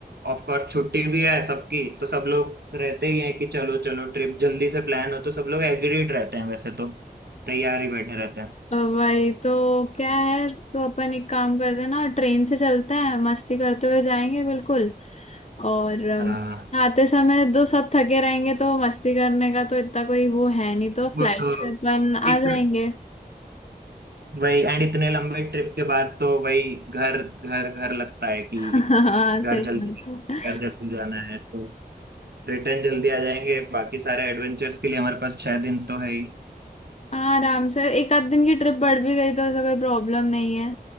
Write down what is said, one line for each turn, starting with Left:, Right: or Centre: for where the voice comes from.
Right: ऑफ कोर्स छुट्टी भी है सबकी तो सब लोग रहते ही हैं कि चलो चलो ट्रिप जल्दी से प्लान हो तो सब लोग एग्रीड रहते हैं वैसे तो तैयार ही बैठे रहते हैं
Left: अ, वही तो क्या है तो अपन एक काम करते हैं ना ट्रेन से चलते हैं मस्ती करते हुए जाएंगे बिल्कुल और अम,
Right: हाँ
Left: आते समय दो सब थके रहेंगे तो मस्ती करने का तो इतना कोई वो है नहीं तो फ्लाइट
Right: वो तो
Left: से अपन आ
Right: इतने
Left: जाएंगे
Right: वही एंड इतने लंबे ट्रिप के बाद तो वही घर घर घर लगता है कि
Left: <laughs> हाँ सही
Right: घर जल्दी
Left: बात है
Right: घर जल्दी जाना है तो रिटर्न जल्दी आ जाएंगे बाकी सारे एडवेंचर्स के लिए हमारे पास छह दिन तो है ही
Left: हाँ आराम से एक आध दिन की ट्रिप बढ़ भी गई तो ऐसा कोई प्रॉब्लम नहीं है